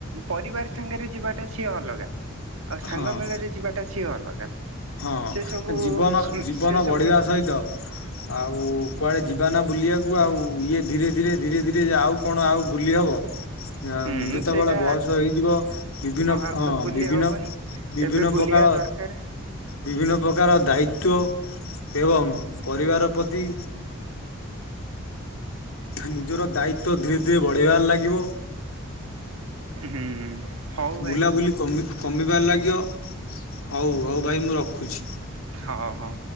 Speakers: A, on the right; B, on the left.
A: ପରିବାର ସାଙ୍ଗରେ ଯିବା ଟା ସିଏ ଅଲଗା। ଆଉ ସାଙ୍ଗ
B: ହଁ
A: ମେଳରେ ଯିବାଟା ସିଏ ଅଲଗା।
B: ହଁ
A: ସେ ସବୁ
B: ଏ ଜୀବନ ଜୀବନ
A: ସେ
B: ବଢିବା
A: ସବୁ
B: ସହିତ ଆଉ କୁଆଡେ ଯିବା ନା ବୁଲିବାକୁ ଆଉ ଇଏ ଧୀରେ ଧୀରେ ଧୀରେ ଧୀରେ ଆଉ କଣ ଆଉ ବୁଲି ହବ। ହ। ଆଉ
A: ହୁଁ
B: ଯେତେବେଳେ
A: ସେଇଟା
B: ବୟସ ହେଇଯିବ ବିଭିନ୍ନ
A: ଆଉ
B: ହଁ
A: ତ ବୁଲି
B: ବିଭିନ୍ନ
A: ହବନି
B: ବିଭିନ୍ନ
A: ଏବେ ବୁଲିବା
B: ପ୍ରକାର
A: ଦରକାର
B: ବିଭିନ୍ନ ପ୍ରକାର ଦାୟିତ୍ଵ ଏବଂ ପରିବାର ପ୍ରତି ନିଜର ଦାୟିତ୍ୱ ଧୀରେ ଧୀରେ ବଢିବାରେ ଲାଗିବ।
A: ହୁଁ। ହଉ ଭାଇ
B: ବୁଲା ବୁଲି କମି କମିବାରେ ଲାଗିବ ହଉ ହଉ ଭାଇ ମୁଁ ରଖୁଛି।
A: ହଁ ହଁ।